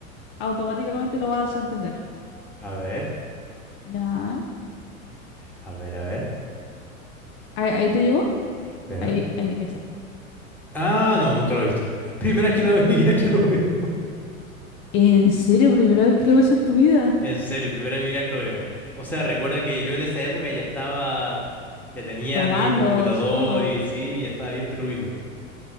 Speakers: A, on the left; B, in the centre.
A: automáticamente lo vas a entender.
B: A ver,
A: Ya.
B: a ver, a ver.
A: ¿Ahí, ahí te llegó?
B: Espera.
A: Ahí, ahí está.
B: Ah, no, nunca lo he visto. Primera que lo, <laughs> vida que lo veo.
A: ¿En serio? ¿Primera vez que lo ves en tu vida?
B: En serio, primera vez en mi vida que lo veo. O sea, recuerda que yo en esa época ya estaba, ya tenía
A: Tomando,
B: mi computador
A: supongo.
B: y sí, ya estaba bien peludito.